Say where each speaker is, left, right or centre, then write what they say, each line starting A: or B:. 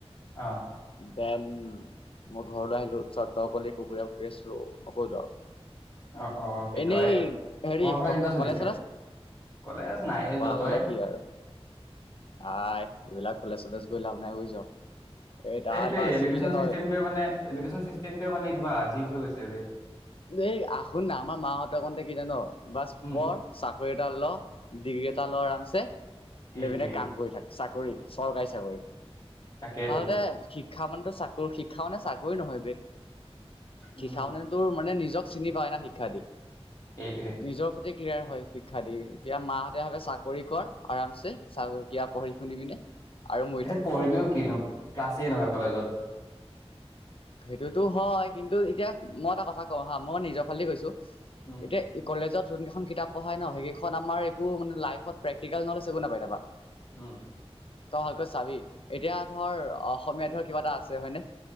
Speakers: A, on the left; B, on the left.
A: অ
B: দেন মই ঘৰলৈ আহিলোঁ ত চ তই অ কলে কুকুৰীয়া পুকুৰী আছোঁ নক'লো আৰু
A: অ অ কি
B: এনেই
A: কয়
B: হেৰি
A: পঢ়া শুনা কেনেকুৱা চলিছে
B: কলেজ
A: কলেজ নাই যোৱা।
B: নে
A: তই
B: কি আৰু আই এইবিলাক কলেজ চলেজ গৈ লাভ নাই বুজিছ। এই তাত
A: সেইটোয়ে
B: বাছ
A: এডুকেশ্যন
B: কি জান
A: চিষ্টেমটোয়ে মানে এডুকেশ্যন চিষ্টেমটোৱে মানে কিবা আজীৱ হৈ গৈছে বেই।
B: এই সোন না আমাৰ মাহতে কি জান, বাচ
A: উম
B: পঢ় চাকৰি টা ল, ডিগ্ৰী এটা ল আৰামছে
A: সেইটোৱে
B: লৈ পিনে কাম কৰি থাক চাক চাকৰি, চৰকাৰী চাকৰি।
A: তাকেতো
B: আৰু দে শিক্ষা মানে চাকৰি শিক্ষা মানে চাকৰি নহয় বে।
A: উম
B: কি খাওঁ মানে তোৰ মানে নিজক চিনি পায় ন শিক্ষা দি।
A: এইটোৱে
B: নিজৰ প্ৰতি ক্লিয়াৰ হয় শিক্ষা দি, তেতিয়া মা হতে ভাবে চাকৰি কৰ, আৰামছে, পঢ়ি শুনি পিনে। আৰু মৰি
A: এতিয়া
B: থাক
A: পঢ়িবিও কিনো ক্লাছেই নহয় কলেজত।
B: সেইটোতো হয় কিন্তু এতিয়া মই এটা কথা কওঁ হা, মই নিজৰ ফালে দি কৈছো
A: উম
B: এতিয়া ই কলেজত যোন কেইখন কিতাপ পঢ়াই ন সেইখন আমাৰ একো মানে লাইফত প্ৰেক্টিকেল নলেজ একো নাপাই তাৰ পৰা।
A: উম
B: তই ভালকৈ চাবি। এতিয়া ধৰ অসমীয়াত ধৰ কিবা এটা আছে হয়নে?